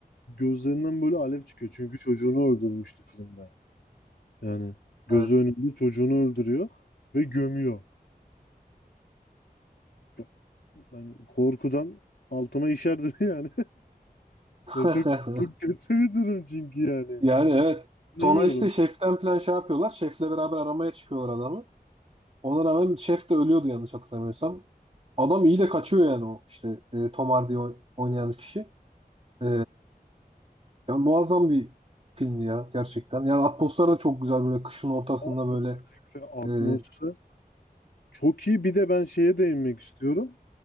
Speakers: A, on the left; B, on the right.
A: gözlerinden böyle alev çıkıyor. Çünkü çocuğunu öldürmüştü filmde. Yani gözü
B: Evet.
A: önünde çocuğunu öldürüyor ve gömüyor. Çok- Ben korkudan altıma işerdim <laughs> yani.
B: <laughs>
A: Ya çok çok kötü bir durum çünkü yani.
B: Yani evet.
A: Bilemiyorum.
B: Sonra işte şeften plan şey yapıyorlar. Şefle beraber aramaya çıkıyorlar adamı. Ona rağmen şef de ölüyordu yanlış hatırlamıyorsam. Adam iyi de kaçıyor yani o işte e, Tom Hardy oy- oynayan kişi. E, ya muazzam bir filmdi ya gerçekten. Yani atmosfer de çok güzel böyle kışın ortasında
A: O-
B: böyle
A: Özellikle atmosfer
B: e,
A: çok iyi. Bir de ben şeye değinmek istiyorum.